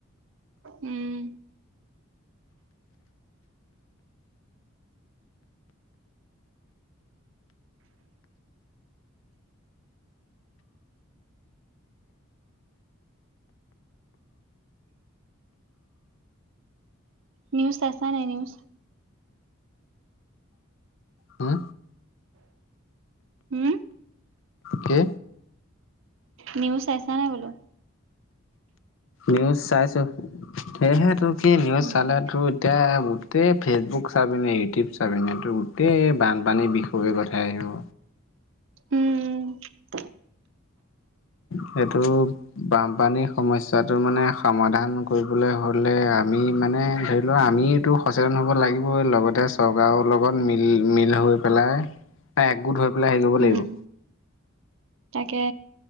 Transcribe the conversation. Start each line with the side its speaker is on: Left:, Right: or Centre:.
Right: উম। নিউজ চাইছা নাই, নিউজ?
Left: অ।
Right: উম।
Left: কি?
Right: নিউজ চাইছা নাই, বোলো?
Left: নিউজ চাইছোঁ, সেয়েহে তোৰ কি নিউজ
Right: উম
Left: চালে তোৰ এতিয়া বুট টেই ফেচবুক চাবিনে, ইউটিউব চাবিনে, তো গোটেই বানপানী বিষয়ে কথা আহিব।
Right: উম, উম।
Left: সেইটো বানপানীৰ সমস্যাটোৰ মানে সমাধান কৰিবলৈ হ'লে, আমি মানে ধৰি লোৱা আমিতো সচেতন হ'ব লাগিবই। লগতে চৰকাৰৰ লগত মিলি, মিল হৈ পেলাই একগোট হৈ পেলাই, হেৰি কৰিব
Right: উম
Left: লাগিব।
Right: তাকে।